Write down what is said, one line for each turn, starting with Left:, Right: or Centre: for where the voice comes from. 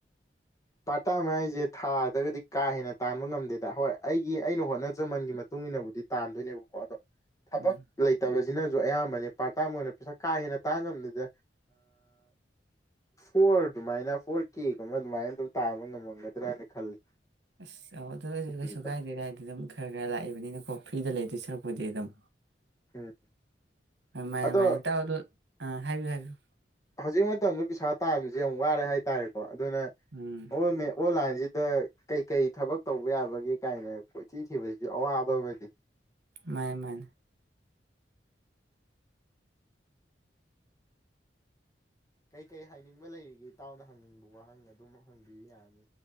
Left: ꯄꯥꯔꯇꯥ ꯃ ꯍꯥꯏꯁꯦ ꯊꯥꯗꯒꯗꯤ ꯀꯥ ꯍꯦꯟꯅ ꯇꯥꯟꯕ ꯉꯝꯗꯦꯗ ꯍꯣꯏ ꯑꯩꯒꯤ ꯑꯩꯅ ꯍꯣꯠꯅꯖꯃꯟꯒꯤ ꯃꯇꯨꯡ ꯏꯟꯅꯕꯨꯗꯤ ꯇꯥꯟꯗꯣꯏꯅꯦꯕꯀꯣ ꯑꯗꯣ ꯊꯕꯛ
Right: ꯎꯝ
Left: ꯂꯩꯇꯕꯁ ꯁꯤꯅꯁꯨ ꯑꯌꯥꯝꯕꯅꯦ ꯄꯥꯔꯇꯥ ꯃ ꯑꯣꯏꯅ ꯄꯩꯁꯥ ꯀꯥ ꯍꯦꯟꯅ ꯇꯥꯡꯉꯝꯅꯤꯗ ꯐꯣꯔ ꯑꯗꯨꯃꯥꯏꯅ ꯐꯣꯔ ꯀꯦꯒꯨꯝꯕ ꯑꯗꯨꯃꯥꯏꯅ ꯇꯧ ꯇꯥꯕ ꯉꯝꯃꯝꯒꯗ꯭ꯔꯥ ꯍꯥꯏꯅ ꯈꯜꯂꯤ
Right: ꯑꯁ ꯑꯧ ꯑꯗꯨ ꯑꯣꯏ ꯀꯩꯁꯨ
Left: ꯈꯟꯕ
Right: ꯀꯥꯏꯗꯦ ꯀꯥꯏꯗꯤ ꯑꯗꯨꯝ ꯈꯔ ꯈꯔ ꯂꯥꯛꯏꯕꯅꯤꯅꯀꯣ ꯐ꯭ꯔꯤꯗ ꯂꯩꯇꯣꯏ ꯁꯔꯛꯄꯗꯤ ꯑꯗꯨꯝ
Left: ꯎꯝ
Right: ꯃꯅꯦ
Left: ꯑꯗꯣ
Right: ꯃꯥꯅꯦ ꯇꯥꯑꯗꯨ ꯑꯥ ꯍꯥꯏꯕꯤꯌꯨ ꯍꯥꯏꯕꯤꯌꯨ
Left: ꯍꯧꯖꯤꯛ ꯃꯇꯝꯗ ꯄꯩꯁꯥ ꯇꯥꯕꯕꯁꯤ ꯌꯥꯝ ꯋꯥꯔꯦ ꯍꯥꯏꯇꯥꯔꯦꯀꯣ ꯑꯗꯨꯅ
Right: ꯎꯝ
Left: ꯑꯣ ꯑꯣꯂ ꯃꯁꯤꯗ ꯀꯩꯀꯩ ꯊꯕꯛ ꯇꯧꯕ ꯌꯥꯕꯒꯦ ꯀꯥꯏꯅ ꯀꯣꯏꯊꯤꯈꯤꯕꯁꯤꯁꯨ ꯑꯋꯥꯕ ꯑꯃꯅꯤ
Right: ꯃꯥꯏꯅꯦ ꯃꯥꯏꯅꯦ
Left: ꯀꯩ ꯀꯩ ꯍꯥꯏꯅꯤꯡꯕ ꯂꯩꯔꯤꯒꯦ ꯏꯇꯥꯎꯅ ꯍꯪꯅꯤꯡꯕ ꯋꯥꯍꯪ ꯑꯗꯨꯝ ꯍꯪꯕꯤꯕ ꯌꯥꯅꯤ